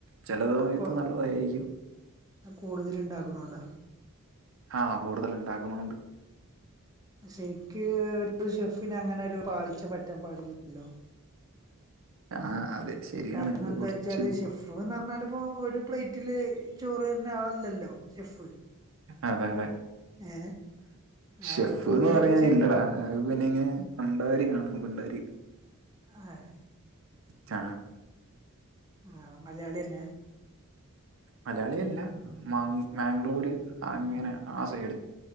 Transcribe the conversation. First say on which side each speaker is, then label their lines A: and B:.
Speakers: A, on the right; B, on the right.
A: ചെല സമയത്ത്
B: കൊ
A: നല്ലതായിരിക്കും
B: കൂടുതൽ ഉണ്ടാക്കണോണ്ടാ
A: ആ കൂടുതൽ ഇണ്ടാക്ക്ണോണ്ട്
B: ശരിക്ക് ഒരു ഷെഫിന് അങ്ങനെ ഒരു പാളിച്ച പറ്റാൻ പാടില്ലല്ലോ.
A: ആ അതെ ശരിയാണ്
B: കാരണം
A: ഇത്
B: എന്താ
A: കുറച്ച്
B: വെച്ചാല് ഷെഫ് <unintelligible> പർഞ്ഞാൽ ഇപ്പോ ഒരു പ്ലേറ്റില് ചോറ് തരുന്ന ആളല്ലല്ലോ ഷെഫ്.
A: അതെ അതെ
B: ഏ ആ
A: ഷെഫ്ന്ന്
B: കൂടുതൽ
A: പറയാൻ
B: വെച്ച്
A: ഇല്ലടാ. അഹ് പിന്നെ ഇങ്ങനെ ഭണ്ടാരിയാണ് ഭണ്ടാരി.
B: ആഹ്
A: ച്ചാ
B: ആ മലയാളിന്നെ?
A: മലയാളി അല്ല മാ മാംഗ്ലൂര് അങ്ങനെ ആ സൈഡ്.